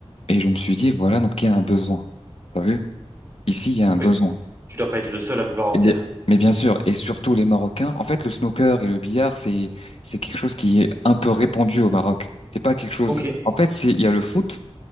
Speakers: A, on the left (about 65°); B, on the right (about 25°).
A: Et je me suis dit, voilà, donc il y a un besoin. T'as vu? Ici, il y a un besoin.
B: Oui, bah, tu dois pas être le seul à vouloir en
A: Les-
B: faire.
A: Mais bien sûr, et surtout les Marocains. En fait, le snooker et le billard, c'est c'est quelque chose qui est un peu répandu au Maroc. C'est pas quelque chose.
B: Ok.
A: En fait, c'est il y a le foot,